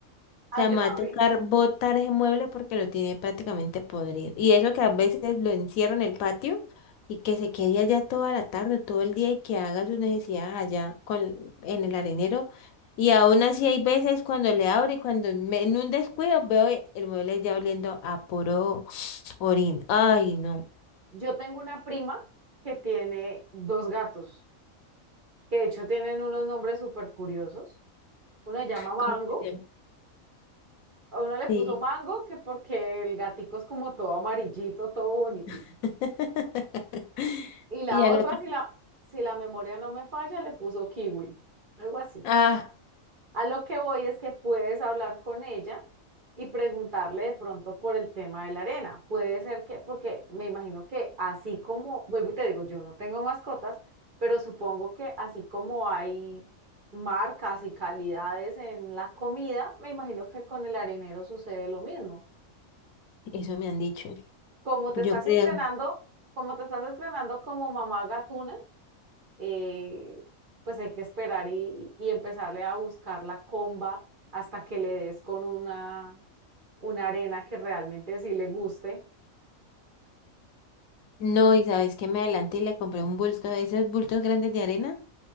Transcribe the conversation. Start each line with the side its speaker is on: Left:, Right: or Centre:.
Right: Ah,
Left: O sea,
Right: grave.
Left: me va a tocar botar ese mueble porque lo tiene prácticamente podrido. Y eso que a veces lo encierro en el patio y que se quede allá toda la tarde, todo el día y que haga sus necesidades allá con, en el arenero. Y aún así hay veces cuando le abro y cuando me- en un descuido veo e- el mueble ya oliendo a puro <sniffs> orín. Ay, no.
Right: Yo tengo una prima que tiene dos gatos, que de hecho tienen unos nombres súper curiosos. Uno se llama Mango.
Left: ¿Cómo se llama?
Right: A uno le
Left: Sí.
Right: puso Mango que porque el gatico es como todo amarillito, todo bonitito.
Left: <laughs>
Right: Y la
Left: Y al
Right: otra,
Left: otro.
Right: si la, si la memoria no me falla, le puso Kiwi. Algo así.
Left: ah
Right: A lo que voy es que puedes hablar con ella y preguntarle de pronto por el tema de la arena. Puede ser que, porque me imagino que así como, vuelvo y te digo, yo no tengo mascotas, pero supongo que así como hay marcas y calidades en la comida, me imagino que con el arenero sucede lo mismo.
Left: Eso me han dicho.
Right: Como te
Left: Yo
Right: estás
Left: creo.
Right: estrenando, como te estás estrenando como mamá gatuna, eh, pues hay que esperar y, y empezarle a buscar la comba hasta que le des con una, una arena que realmente sí le guste.
Left: No, y sabes que me adelanté y le compré un bulto de esos bultos grandes de arena